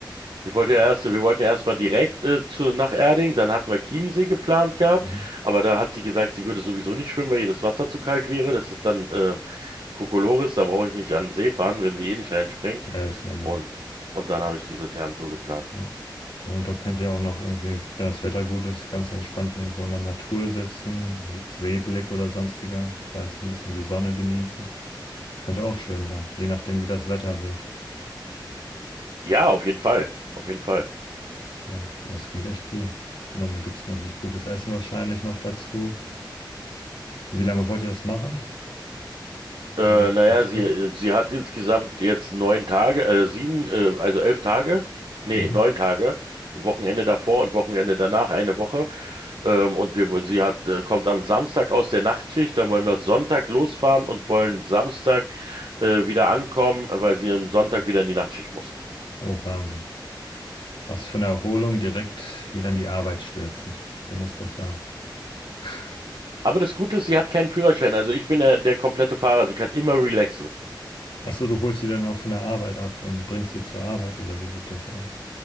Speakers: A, on the right (about 75°); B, on the left (about 90°).
A: Ich wollte ja erst, wir wollten ja erstmal direkt äh, zu, nach Erding, dann hatten wir Chiemsee geplant gehabt,
B: Mhm.
A: aber da hat sie gesagt, sie würde sowieso nicht schwimmen, weil ihr das Wasser zu kalt wäre. Das ist dann äh, Kokolores, da brauche ich nicht an den See fahren, wenn sie eh nicht reinspringt.
B: Ja, das ist normal.
A: Und, und dann habe ich diese Thermtour geplant.
B: Ja. Ja, Und da könnt ihr auch noch irgendwie, wenn das Wetter gut ist, ganz entspannt irgendwo in der Natur sitzen, mit Seeblick oder sonstiger, weißt, ein bisschen die Sonne genießen. Könnte auch schön sein, je nachdem, wie das Wetter wird.
A: Ja, auf jeden Fall. Auf jeden Fall.
B: Ja, aber es klingt echt gut. Und dann gibt es natürlich gutes Essen wahrscheinlich noch dazu. Wie lange wollt ihr das machen?
A: Äh,
B: So wie
A: naja,
B: der Trip?
A: sie, sie hat insgesamt jetzt neun Tage, äh, sieben, äh, also elf Tage. Nee,
B: Mhm.
A: neun Tage. Wochenende davor und Wochenende danach, eine Woche. Ähm, und wir, sie hat, äh, kommt am Samstag aus der Nachtschicht, dann wollen wir Sonntag losfahren und wollen Samstag, äh, wieder ankommen, weil sie am Sonntag wieder in die Nachtschicht muss.
B: Oh, Wahnsinn. Aus von der Erholung direkt wieder in die Arbeit stürzen. So muss das sein. <laughs>
A: Aber das Gute ist, sie hat keinen Führerschein. Also ich bin der, der komplette Fahrer. Sie kann immer relaxen.
B: Ach so, du holst sie dann auch von der Arbeit ab und bringst sie zur Arbeit oder wie sieht das aus?